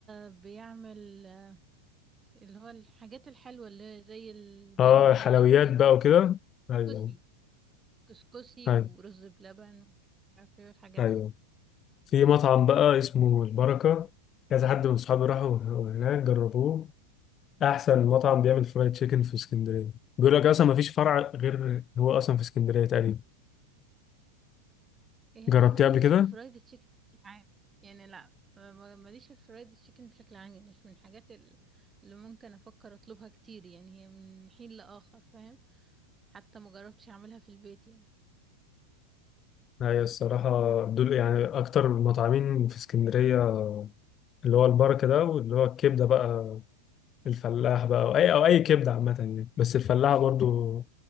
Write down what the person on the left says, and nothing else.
آه حلويات
بقى وكده أيوه
أيوه
أيوه
في مطعم بقى اسمه البركة كذا حد من صحابي راحوا هناك جربوه احسن مطعم بيعمل فرايد تشيكن في اسكندريه بيقول لك اصلا ما فيش فرع غير هو اصلا في اسكندريه تقريبا
جربتيه
قبل كده
هي الصراحه
دول يعني اكتر المطعمين في اسكندريه اللي هو البركه ده واللي هو الكبده بقى الفلاح بقى او اي او اي كبده عامه يعني بس الفلاح برضو